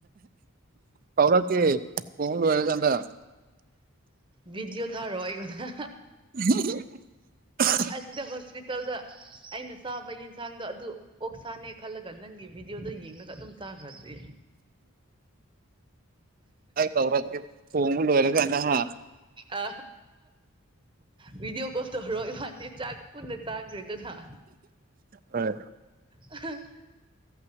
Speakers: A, on the right; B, on the right.
A: ꯀꯥꯎꯔꯛꯀꯦ ꯊꯣꯡ ꯂꯣꯏꯔꯀꯥꯟꯗ
B: ꯕꯤꯗꯤꯑꯣ ꯊꯥꯔꯛꯑꯣ ꯑꯩꯉꯣꯟꯗ
A: <unintelligible>
B: ꯑꯁꯤꯗ ꯍꯣꯁꯄꯤꯇꯥꯜꯗ ꯑꯩꯅ ꯆꯥꯕ ꯌꯦꯟꯁꯥꯡꯗꯣ ꯑꯗꯨ ꯑꯣꯛ ꯁꯥꯥꯅꯦ ꯈꯜꯂꯒ ꯅꯪꯒꯤ ꯚꯤꯗꯤꯑꯣꯗ ꯌꯦꯡꯉꯒ ꯑꯗꯨꯝ ꯆꯥꯈ꯭ꯔꯗꯤ
A: ꯑꯩ ꯀꯧꯔꯛꯀꯦ ꯊꯣꯡꯕ ꯂꯣꯏꯔꯀꯥꯟꯗ ꯍꯥ
B: ꯑ ꯚꯤꯗꯤꯑꯣ ꯀꯣꯜ ꯇꯧꯔꯣ ꯏꯕꯥꯅꯤ ꯆꯥꯛ ꯄꯨꯟꯅ ꯆꯥꯁꯤꯗꯅ
A: ꯍꯣꯏ
B: ꯑꯍ